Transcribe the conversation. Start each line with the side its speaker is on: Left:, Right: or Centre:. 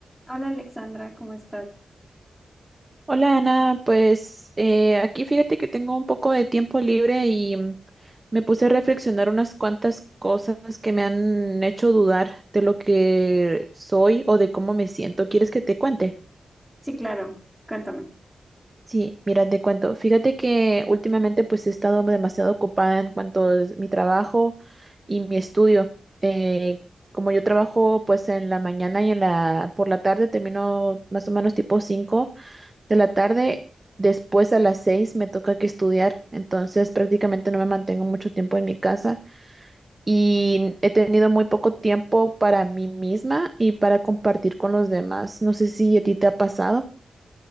Centre: Hola Alexandra, ¿cómo estás?
Right: Hola Ana, pues eh, aquí fíjate que tengo un poco de tiempo libre y mm, me puse a reflexionar unas cuantas cosas que me han hecho dudar de lo que soy o de cómo me siento. ¿Quieres que te cuente?
Centre: Sí, claro, cuéntame.
Right: Sí, mira, te cuento. Fíjate que últimamente pues he estado demasiado ocupada en cuanto a mi trabajo y mi estudio. Eh, como yo trabajo pues en la mañana y en la por la tarde termino más o menos tipo 5. de la tarde, después a las seis me toca que estudiar, entonces prácticamente no me mantengo mucho tiempo en mi casa y he tenido muy poco tiempo para mí misma y para compartir con los demás. No sé si a ti te ha pasado.